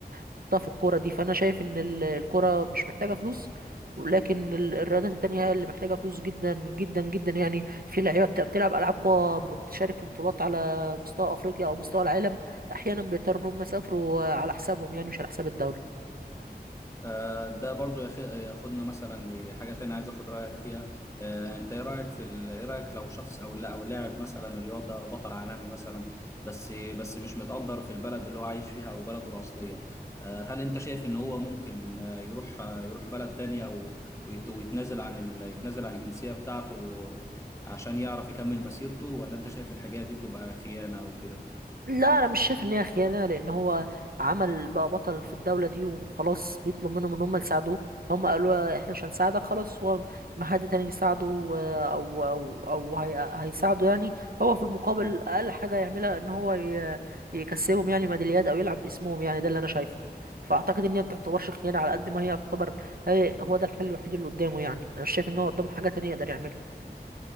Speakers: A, on the right; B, on the left.
A: تحطها في الكورة دي فأنا شايف إن ال- الكورة مش محتاجة فلوس لكن ال- الرياضات التانية هي اللي محتاجة فلوس جدا جدا جدا يعني في لعيبة بت- بتلعب ألعاب قوى ما بتشارك في بطولات على مستوى أفريقيا أو مستوى العالم أحيانا بيضطروا إن هم يسافروا على حسابهم يعني مش على حساب الدولة
B: آه، ده برضو ياخ- ياخدنا مثلا لحاجة تانية عايز اخد رأيك فيها آه، انت ايه رأيك في ال... ايه رأيك لو شخص او لا او لاعب مثلا رياضة بطل عالمي مثلا بس بس مش متقدر في البلد اللي هو عايش فيها او بلده الأصلية آه، هل انت شايف ان هو ممكن آه، يروح آه، يروح بلد تانية و... ويت... ويتنازل عن ال... يتنازل عن الجنسية بتاعته عشان يعرف يكمل مسيرته ولا انت شايف الحاجات دي بتبقى خيانة او كده
A: لا انا مش شايف ان هي خيانه لان هو عمل بقى بطل في الدوله دي وخلاص بيطلب منهم ان هم يساعدوه هم قالوا له احنا مش هنساعدك خلاص هو ما حد تاني يساعده آه، او او او هي هيساعده يعني هو في المقابل اقل حاجه يعملها ان هو ي- يكسبهم يعني ميداليات او يلعب باسمهم يعني ده اللي انا شايفه فاعتقد ان هي ما بتعتبرش خيانه على قد ما هي تعتبر هي هو ده الحل الوحيد اللي قدامه يعني انا مش شايف ان هو قدامه حاجه تانية يقدر يعملها